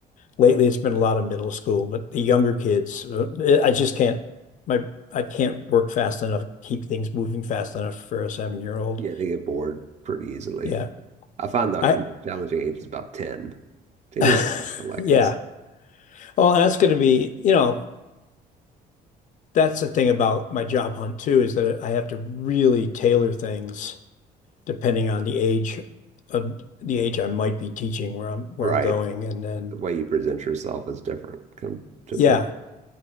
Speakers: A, on the left (about 50°); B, on the right (about 40°).
A: Lately, it's been a lot of middle school, but the younger kids, uh, I just can't. My I can't work fast enough, keep things moving fast enough for a seven-year-old.
B: yeah, they get bored pretty easily.
A: Yeah,
B: I find that
A: I.
B: the most challenging age is about 10. 10
A: <laughs>
B: years old, I feel like
A: Yeah.
B: is
A: Well, that's going to be, you know, that's the thing about my job hunt too, is that I have to really tailor things depending on the age of the age I might be teaching where I'm where
B: right.
A: I'm going. And then
B: The way you present yourself is different come to
A: yeah,